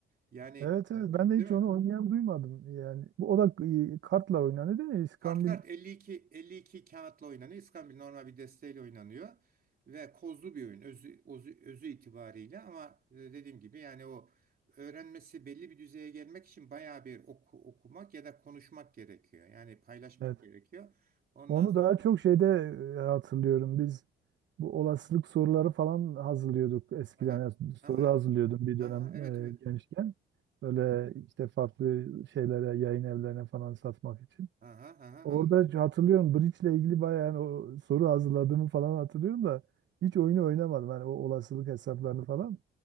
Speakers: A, on the right; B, on the right.
A: Yani
B: Evet
A: Evet.
B: evet ben de
A: değil
B: hiç
A: mi?
B: onu oynayan duymadım. Yani bu o da e, kartla oynanıyor değil mi? İskambil
A: Kart kart 52 52 kağıtla oynanıyor. İskambil normal bir desteğiyle oynanıyor. Ve kozlu bir oyun özü, özü, özü itibariyle ama e, dediğim gibi yani o öğrenmesi belli bir düzeye gelmek için bayağı bir oku, okumak ya da konuşmak gerekiyor. Yani paylaşmak
B: evet
A: gerekiyor. Ondan
B: Onu
A: sonra
B: daha çok şeyde e, hatırlıyorum. Biz bu olasılık soruları falan hazırlıyorduk eskiden.
A: aha
B: Yani Soru
A: aha
B: hazırlıyordum bir dönem
A: aha evet evet
B: e, gençken. Böyle işte farklı şeylere, yayın evlerine falan satmak için.
A: aha aha
B: Orada
A: anladım.
B: hatırlıyorum Bridge ile ilgili bayağı yani o soru hazırladığımı falan hatırlıyorum da hiç oyunu oynamadım. Hani o olasılık hesaplarını falan